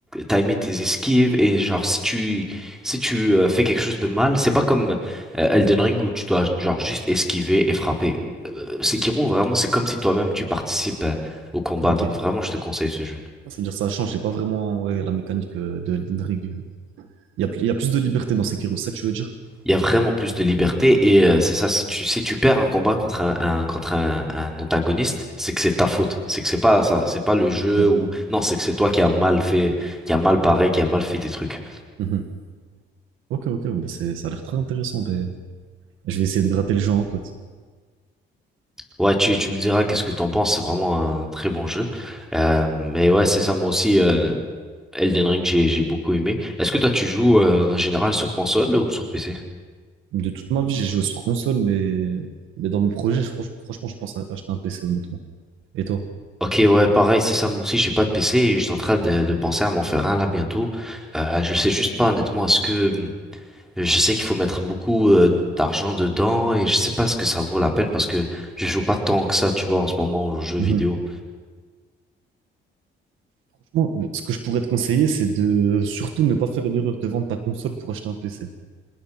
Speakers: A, in the centre; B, on the right.
A: timer tes esquives et genre si tu, si tu euh, fais quelque chose de mal, c'est pas comme euh, Elden Ring où tu dois genre juste esquiver et frapper. Euh, Sekiro, vraiment, c'est comme si toi-même tu participes euh, au combat,
B: Ok.
A: donc vraiment, je te conseille ce jeu.
B: C'est-à-dire ça change, c'est pas vraiment ouais, la mécanique euh, de Elden Ring. euh. Il y a, plus- il y a plus de liberté dans Sekiro, c'est ça que tu veux dire?
A: il y a vraiment plus de liberté et euh, c'est ça si tu si tu perds un combat contre un, un- contre un, un antagoniste c'est que c'est ta faute c'est que c'est pas ça c'est pas le jeu
B: Ok,
A: ou non c'est que c'est toi qui a mal fait qui a mal paré qui a mal fait tes trucs
B: Mhm. Ok, ok, ben c'est, ça a l'air très intéressant. ben, je vais essayer de gratter le jeu en pote.
A: ouais tu tu me diras qu'est-ce que t'en penses c'est vraiment un très bon jeu Euh, mais ouais c'est ça moi aussi euh, Elden Ring j'ai j'ai beaucoup aimé est-ce que toi tu joues euh, en général sur console ou sur PC
B: De toute ma vie, j'ai joué sur console, mais, mais dans mes projets, je- franch- franchement, je pense à acheter un PC, honnêtement. Et toi?
A: Ok, ouais, pareil, c'est ça. Moi aussi, j'ai pas de PC et je suis en train de, de penser à m'en faire un là bientôt. Euh, je sais juste pas honnêtement, est-ce que Je sais qu'il faut mettre beaucoup euh, d'argent dedans et je sais pas ce que ça vaut la peine parce que je joue pas tant que ça, tu vois, en ce moment aux jeux vidéo.
B: Mhm. Franchement, ce que je pourrais te conseiller, c'est de surtout ne pas faire l'erreur de vendre ta console pour acheter un PC.